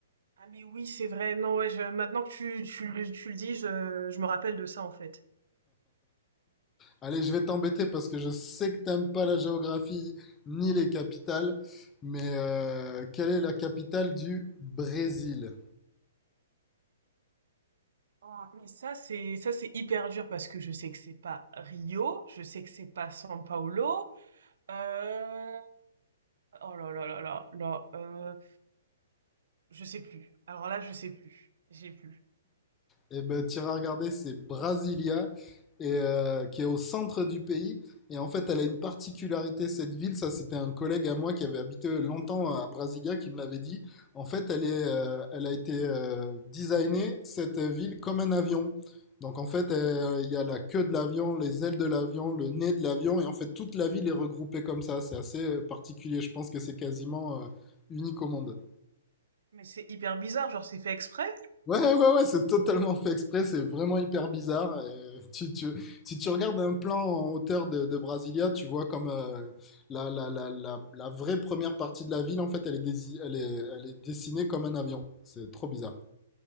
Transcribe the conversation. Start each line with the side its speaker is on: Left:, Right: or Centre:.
Right: Ah mais oui, c'est vrai. Non, ouais, je- maintenant que tu, tu, le tu le dis, je, je me rappelle de ça en fait.
Left: Allez, je vais t'embêter parce que je sais que t'aimes pas la géographie ni les capitales, mais euh, quelle est la capitale du Brésil?
Right: Ah, mais ça c'est ça c'est hyper dur parce que je sais que c'est pas Rio, je sais que c'est pas São Paulo. Euh... Oh là là là là là. euh, Je sais plus. Alors là, je sais plus. J'ai plus.
Left: Eh ben, t'iras regarder, c'est Brasilia, et, euh, qui est au centre du pays. Et en fait, elle a une particularité, cette ville. Ça, c'était un collègue à moi qui avait habité longtemps à Brasilia qui me l'avait dit. En fait, elle est, euh, elle a été euh, designée, cette ville, comme un avion. Donc, en fait, euh, il y a la queue de l'avion, les ailes de l'avion, le nez de l'avion. Et en fait, toute la ville est regroupée comme ça. C'est assez euh, particulier. Je pense que c'est quasiment euh, unique au monde.
Right: Mais c'est hyper bizarre, genre c'est fait exprès?
Left: Ouais, ouais, ouais, ouais, c'est totalement fait exprès, c'est vraiment hyper bizarre. et tu, tu- si tu regardes un plan en hauteur de, de Brasilia, tu vois comme euh, la, la, la, la, la vraie première partie de la ville, en fait, elle est, dési- elle est, elle est dessinée comme un avion. C'est trop bizarre.